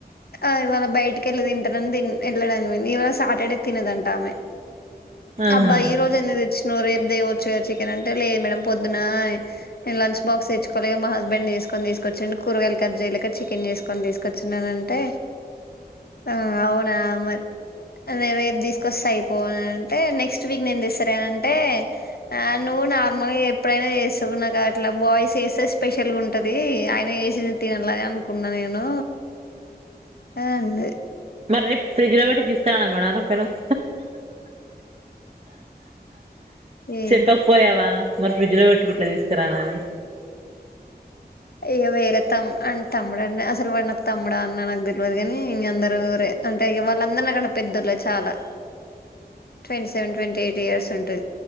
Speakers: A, on the left (about 65°); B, on the right (about 35°).
A: ఆ ఇవాళ బయటకెళ్ళి తింటానని తిన్ వెళ్ళడానికి పోయింది ఇవాళ సాటర్డే తినదంటా ఆమె
B: ఆహా
A: అబ్బా ఈ రోజు ఎందుకు తెచ్చినవు రేపు దేవచ్చు కద చికెన్ అంటే లేదు మేడం పొద్దున నేను లంచ్ బాక్స్ తెచ్చుకోలే మా హస్బండ్ చేసుకొని తీసుకోచ్చిండు కూరగాయలు కట్ చేయలేక చికెన్ చేసుకొని తీస్ కొచ్చిండు అని అంటే ఆ అవునా మర్ నేను రేపు తీసుకోస్తే అయిపో అని అంటే నెక్స్ట్ వీక్ నేను తేస్తలే అంటే ఆ నువ్వు నార్మల్గ ఎప్ ప్పుడైనా చేస్తవు నాకట్లా బాయ్స్ చేస్తే స్పెషల్గా ఉంటది ఆయన చేసింది తినాలగా కున్నా నేను అని అన్నది
B: మరి రేపు ఫ్రిడ్జ్లో పెట్టి తీసుకురానా మేడం అనకపోయినవ్
A: ఏ
B: చెప్పకపోయావా మరి ఫ్రిడ్జ్లో పెట్టు గిట్ల తీసుకురానా అని
A: ఇగ వేరే తం అం తముడన్న అసలు వాడు నాక్ తమ్ముడా అన్న నాకు తెల్వదు కాని ఇంగ అందరూ రే అంటే వాళ్ళందరూ నాకన్నా పెద్దొల్లే చాలా twenty seven twenty eight years ఉంటది